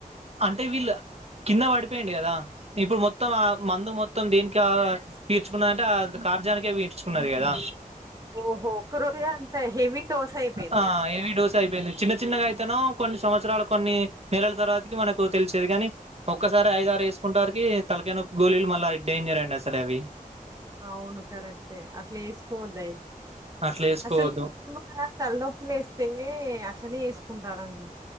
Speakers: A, on the right; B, on the right.
A: అంటే వీళ్ళు కింద పడిపొయిండి కదా ఇప్పుడు మొత్తం ఆ మందు మొత్ మొత్తం దీనికా పీర్చుకున్నంటే ఆ కార్జానికే పీర్చుకున్నది కదా
B: ఓహో ఒక్క రోజే అంత హెవీ డోస్ అయిపోయింది
A: ఆ
B: ఇగ
A: హెవీ డోస్ అయిపోయింది చిన్న చిన్నగా కొన్ని సంవత్సరాలు కొన్ని నెలల తర్వాత్ మనకు తెలిసేది కాని ఒక్కసారి ఐద ఆరు వేసుకుంట వరికి తలకాయి నొప్పి గోలీలు మళ్ళా డేంజర్ అండి అసలు అవి
B: అవును కరెక్టే అట్లా వేసుకోవద్దయి
A: అట్లా వేసుకోవద్దు
B: అసలు నేను కూడా తలనొప్పి లేస్తే అట్లనే వేసుకుంటానండి